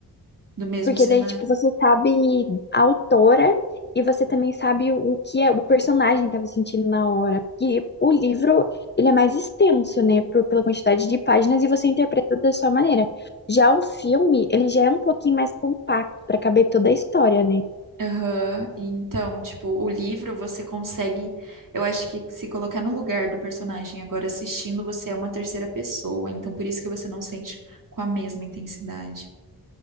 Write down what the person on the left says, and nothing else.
Porque
daí, tipo, você sabe a autora e você também sabe o que é, o personagem estava sentindo na hora. Porque o livro, ele é mais extenso, né, por, pela quantidade de páginas e você interpreta da sua maneira. Já o filme, ele já é um pouquinho mais compacto para caber toda a história, né?